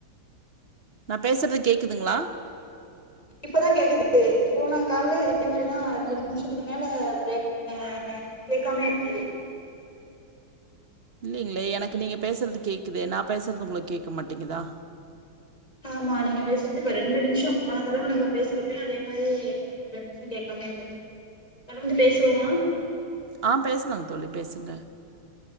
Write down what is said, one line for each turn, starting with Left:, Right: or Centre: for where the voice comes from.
Right: நா பேசுற்து கேக்குதுங்ளா
Left: இப்போதா கேக்குது போன கால்லயு இதே மாரிதா ரெண்டு நிம்ஷத்துக்கு மேல <unintelligible> கேட்காமே இருக்கு
Right: இல்லிங்ளே எனக்கு நீங்க பேசுற்து கேக்குதே நா பேசுற்து உங்ளுக் கேட்க மாட்டேங்குதா
Left: ஆமா நீங்க பேசுற்து இப்ப ரெண்டு நிம்ஷோ போன தடவ நம்ப பேசுறப்பேயே அதே மாரி ரெண்டு நிம்ஷோ கேட்காமேயே இந்தது தொடந்து பேசுவோமா
Right: ஆஹ் பேசுலாங் தோலி பேசுங்க